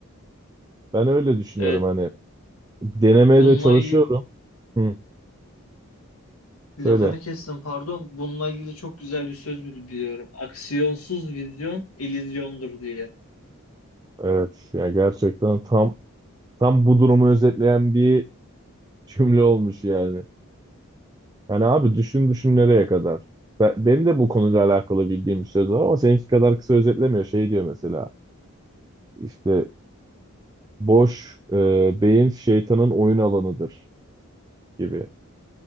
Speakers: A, on the right (about 15°); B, on the left (about 85°).
A: Ben öyle düşünüyorum
B: Evet
A: hani denemeye
B: bununla
A: de çalışıyorum.
B: ilgili
A: Hı. Söyle.
B: Lafını kestim pardon. Bununla ilgili çok güzel bir söz bil- biliyorum. Aksiyonsuz vizyon illüzyondur diye.
A: Evet. Ya gerçekten tam tam bu durumu özetleyen bir cümle olmuş yani. Yani abi düşün düşün nereye kadar. Ben, benim de bu konuyla alakalı bildiğim bir söz var ama seninki kadar kısa özetlemiyor. Şey diyor mesela işte boş e, beyin şeytanın oyun alanıdır gibi.